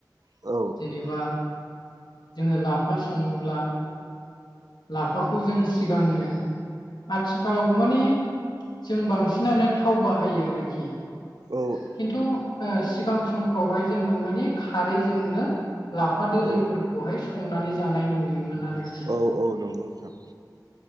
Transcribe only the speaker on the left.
जेनेबा जोङो लाफा सङोब्ला लाफाखौ जों सिगांनो आथिखालाव माने जों बांसिनानो थाव बाहायो आरोखि
खिन्थु सिगां समफ्रावहाय जोङो माने खारैजोंनो लाफा दोलोोलैफोरखौहाय
संनानै जानाय नुयोमोन आरो